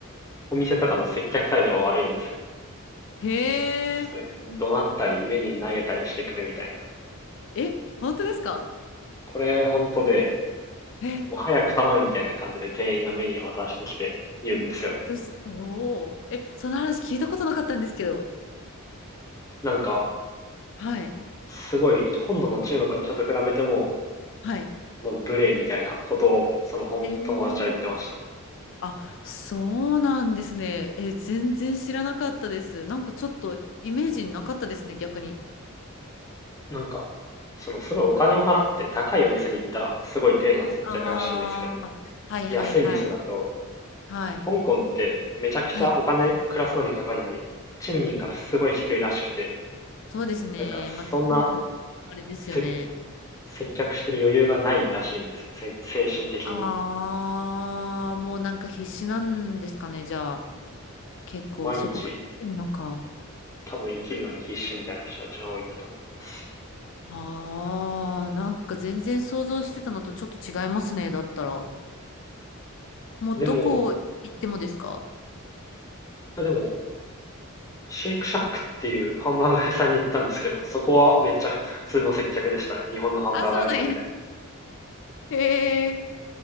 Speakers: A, on the left; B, on the left.
A: お店とかの接客態度が悪いんですよ。
B: へえ。
A: それ、怒鳴ったり、メニュー投げたりしてくるみたいな。
B: え、本当ですか
A: これ、本当で、
B: え、
A: もう早く頼むみたいな感じで店員がメニューを渡してきているんですよね。
B: うそえ、その話聞いたことなかったんですけど。
A: なんか、
B: はい。
A: すごい、本土の中国の人と比べても、
B: はい。
A: まあ、無礼みたいなことを、その友達は言ってました。
B: えーあ、そうなんですね。え、全然知らなかったです。なんかちょっとイメージになかったですね、逆に。
A: なんか、そのすごいお金を払って高いお店に行ったら、すごい丁寧な接客らしいんですけど、
B: ああ、はいはいはい。
A: 安い店だと、
B: はい。
A: 香港ってめちゃくちゃお金暮らすのにかかるのに、
B: はい。
A: 賃金がすごい低いらしくて、
B: そうですね。
A: なんかそんな
B: またヒントとしてもあれですよね。
A: 接接客してる余裕がないらしいんです。せ精神的に。
B: ああ、もうなんか必死なんですかね、じゃあ。結構そこから来てるのか。
A: 毎日、多分生きるのに必死みたいな人たちが多いんだと思います。
B: ああ、なんか全然想像してたのとちょっと違いますね、だったら。もうどこ行ってもですか
A: でも、でも、シェイクシャックっていうハンバーガー屋さんに行ったんですけど、そこはめっちゃ普通の接客でしたね。日本のハンバーガー屋さんみたいな。
B: あ、そうなんや。<laughs> へえ。